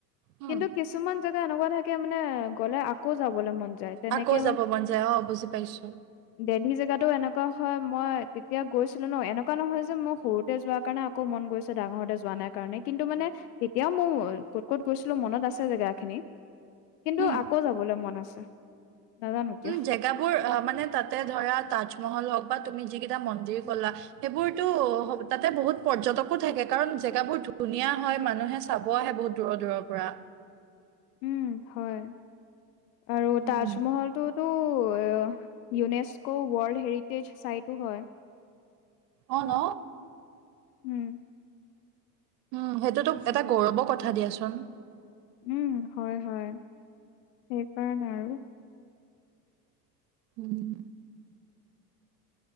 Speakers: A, on the right; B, on the left.
A: উম
B: কিন্তু কিছুমান- জেগা এনেকুৱা থাকে মানে গ'লে আকৌ যাবলৈ মন যায়। তেনেকে
A: আকৌ যাব মন যায় অ বুজি পাইছো।
B: দিল্লী জেগাতো এনেকুৱা হয় মই তেতিয়া গৈছিলো ন এনেকুৱা নহয় যে মই সৰুতে যোৱাৰ কাৰণে- আকৌ মন গৈছে ডাঙৰতে যোৱা নাই কাৰণে কিন্তু মানে তেতিয়াও মোৰ ক'ত ক'ত গৈছিলো মনত আছে জেগা- খিনি, কিন্তু
A: উম
B: আকৌ যাবলৈ মন আছে, নাজানো কিয়।
A: উম, জেগাবোৰ মানে তাতে ধৰা তাজমহল হওক বা তুমি যিকেইটা মন্দিৰ ক'লা- সেইবোৰতো তাতে বহুত পৰ্যটকো থাকে কাৰণ জেগাবোৰ ধুনীয়া হয় মানুহে- চাব আহে বহুত দূৰৰ দূৰৰ পৰা।
B: উম হয়, আৰু
A: উম,
B: তাজমহলটোত - ত' ইউনেস্ক' ৱৰ্ল্ড হেৰিটেজ চাইটো হয়।
A: অ ন।
B: উম।
A: উম সেইটোতো এটা গৌৰৱৰ কথা দিয়াচোন।
B: উম হয় হয়, সেই কাৰণে আৰু।
A: উম।